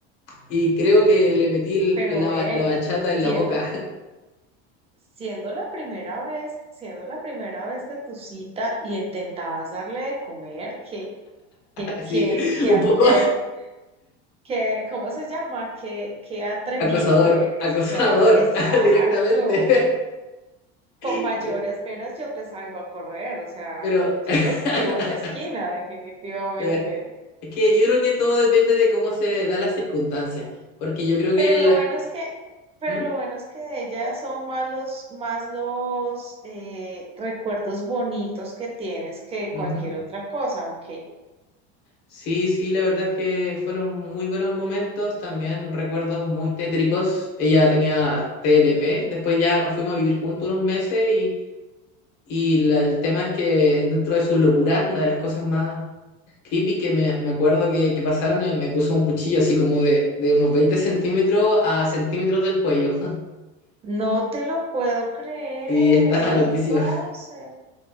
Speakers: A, on the left; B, on the right.
A: Y creo que le metí
B: Pero
A: la,
B: ven,
A: la bachata
B: siendo,
A: en la boca.
B: siendo la primera vez, siendo la primera vez de tu cita y intentabas darle de comer, que, que,
A: Sí,
B: que, que,
A: un
B: a-
A: poco
B: eh, que- ¿cómo se llama? Que, que atrevido
A: acosador,
B: eres,
A: acosador
B: o sea, exacto.
A: <laughs> directamente.
B: Con
A: <laughs>
B: mayores veras yo te salgo a correr, o sea,
A: Pero,
B: yo, yo
A: <laughs>
B: te esquivo en la esquina, definitivamente.
A: pero es que yo creo que todo depende de cómo se dan las circunstancias, porque yo creo que
B: Pero lo
A: la
B: bueno es que, pero
A: ¿Mm?
B: lo bueno es que de ella son más los, más los eh, recuerdos bonitos que tienes que
A: Ujú.
B: cualquier otra cosa, ¿ok?
A: Sí, sí, la verdad es que fueron muy buenos momentos, también recuerdos muy tétricos. Ella tenía TLP, después ya nos fuimos a vivir juntos unos meses y, y la- el tema es que dentro de sus locuras, una de las cosas más creepy que me, me acuerdo que, que pasaron y me puso un cuchillo así como de, de unos 20 centímetros a centímetros del cuello. <laughs>
B: No te lo puedo creer.
A: Sí, estaba
B: Y
A: loquísima.
B: entonces,